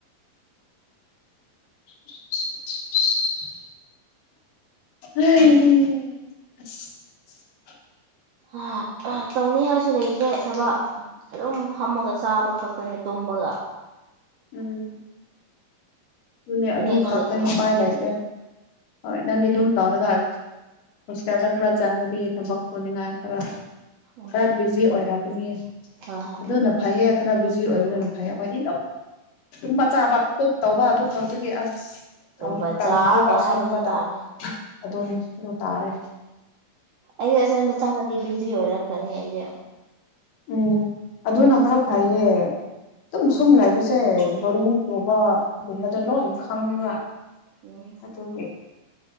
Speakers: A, on the left; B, on the right.
A: <unintelligible> ꯍ
B: ꯑ ꯑ ꯇꯧꯅꯤ ꯍꯥꯏꯁꯨ ꯂꯩꯇ꯭ꯔꯦ ꯊꯕꯛ ꯑꯗꯨꯝ ꯐꯝꯃꯒ ꯆꯥꯕ ꯈꯛꯇꯅꯦ ꯇꯨꯝꯃꯒ
A: ꯎꯝ ꯑꯗꯨꯅꯦ
B: ꯁꯤꯅꯦ
A: ꯑꯗꯨ
B: ꯑꯩꯈꯣꯏꯒꯤ
A: ꯈꯥꯛꯇꯅꯦ
B: ꯊꯕꯛ
A: ꯄꯥꯏ ꯂꯩꯀꯦ ꯍꯣꯏ ꯅꯪꯗꯤ ꯑꯗꯨꯝ ꯇꯧꯔꯒ ꯍꯣꯁꯇꯦꯜꯗ ꯈꯔ ꯆꯪꯉꯗꯤ ꯊꯕꯛ ꯊꯨꯅꯤꯡꯉꯥꯏ ꯈꯔ
B: ꯎꯝ
A: ꯈꯔ ꯕꯤꯖꯤ ꯑꯣꯏꯔꯛꯀꯅꯤ
B: ꯍꯣꯏ ꯍꯣꯏ
A: ꯑꯗꯨꯅ ꯐꯩꯌꯦ ꯈꯔ ꯕꯤꯖꯤ ꯑꯣꯏꯕꯗꯨꯅ
B: ꯎꯝ
A: ꯐꯩꯌꯦ ꯍꯣꯏꯗꯤ ꯇꯨꯝꯕ ꯆꯥꯕ ꯄꯣꯞ ꯇꯧꯕ ꯑꯗꯨ ꯈꯛꯇꯒꯤ ꯑꯁ
B: ꯇꯨꯝꯕ
A: ꯀꯟꯈ꯭ꯔꯦꯕ
B: ꯆꯥꯕ
A: ꯑꯁꯦꯡꯕꯗ
B: ꯍꯥꯏꯕꯗꯨ ꯇꯥꯔꯦ
A: ꯑꯗꯨꯗ ꯇꯥꯔꯦ
B: ꯑꯩꯁꯦ ꯑꯁꯦꯡꯕ ꯆꯪꯉꯗꯤ ꯕꯤꯖꯤ ꯑꯣꯏꯔꯛꯈ꯭ꯔꯅꯤ ꯑꯩꯁꯦ
A: ꯎꯝ ꯑꯗꯨꯅ ꯈꯔ ꯐꯩꯌꯦ ꯑꯗꯨꯝ
B: ꯎꯝ
A: ꯁꯨꯝ ꯂꯩꯕꯁꯦ ꯕꯣꯔꯤ ꯄꯨꯕꯒꯨꯝꯕꯗ ꯂꯣꯏ ꯈꯪꯉꯤꯕ
B: ꯎꯝ
A: ꯑꯗꯨꯒꯤ